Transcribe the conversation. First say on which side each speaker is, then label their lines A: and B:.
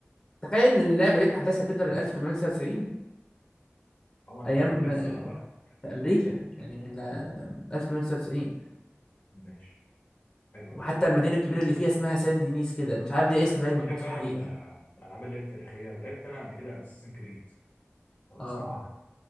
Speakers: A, on the left; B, on the left.
A: تخيل ان اللعبه دي احداثها بتبدا من 1899
B: اه ما انت
A: ايام
B: بتقول لي احصنها بقى
A: في امريكا يعني من آه، 1899
B: ماشي حلوه
A: وحتى
B: دي
A: المدينه الكبيره اللي فيها اسمها سان دينيس كده مش عارف دي اسم باين
B: بحب
A: موجود في
B: انا
A: الحقيقه
B: ال- الالعاب اللي هي التاريخيه لعبت انا قبل كده اساسن كريد لو
A: اه
B: تسمع عنها